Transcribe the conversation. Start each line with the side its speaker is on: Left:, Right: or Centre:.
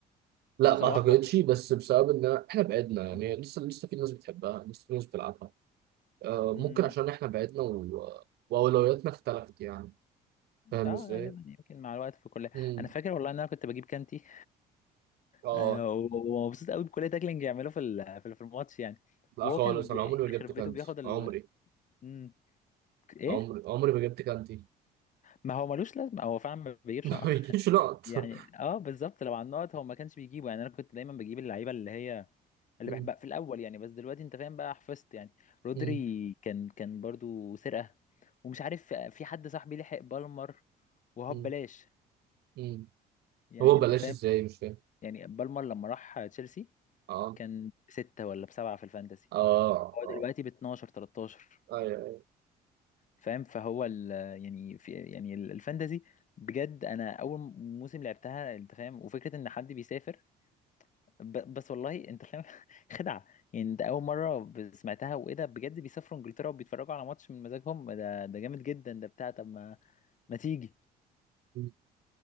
Right: لا
Left: وصلاح
Right: ما اعتقدش
Left: بوظها
Right: بس بسبب ان احنا بعدنا يعني
Left: مم.
Right: لسه لسه في ناس بتحبها لسه في ناس بتلعبها آه،
Left: مم.
Right: ممكن عشان احنا بعدنا و... واولوياتنا اختلفت يعني فاهم
Left: اه
Right: ازاي؟
Left: غالبا يمكن مع الوقت في كل
Right: امم
Left: انا فاكر والله ان انا كنت بجيب كانتي
Right: اه
Left: آه، ومبسوط قوي بكل تاكلينج يعمله في ال- في ال- في الماتش يعني
Right: لا
Left: وهو
Right: خالص
Left: كان بي-
Right: انا عمري ما
Left: يخرب
Right: جبت كانتي
Left: بيته بياخد ال
Right: عمري
Left: مم. ايه
Right: عمري عمري ما جبت كانتي
Left: ما هو ملوش لازمه هو فعلا ما بيجيبش
Right: <laughs> ما بيجيش لقط
Left: يعني
Right: <laughs>
Left: اه بالظبط لو على النقط هو ما كانش بيجيبه يعني انا كنت دايما بجيب اللعيبه اللي هي اللي
Right: مم،
Left: بحبها في الاول يعني بس دلوقتي انت فاهم بقى حفظت يعني رودري
Right: مم،
Left: كان كان برضو سرقه ومش عارف في حد صاحبي لحق بالمر وهو
Right: مم،
Left: ببلاش
Right: مم.
Left: يعني
Right: هو بلاش
Left: انت فاهم
Right: ازاي مش فاهم
Left: يعني بالمر لما راح تشيلسي
Right: اه
Left: كان بستة ولا بسبعة في الفانتسي
Right: اه
Left: هو
Right: اه
Left: دلوقتي ب 12 13
Right: ايوه أيوة.
Left: فاهم فهو ال يعني في يعني ال- الفانتسي بجد انا اول موسم لعبتها انت فاهم وفكره ان حد بيسافر ب... بس والله انت فاهم <laughs> خدعه يعني ده اول مره ب- سمعتها وايه ده بجد بيسافروا انجلترا وبيتفرجوا على ماتش من مزاجهم ده ده جامد جدا ده بتاع طب ما ما تيجي
Right: مم.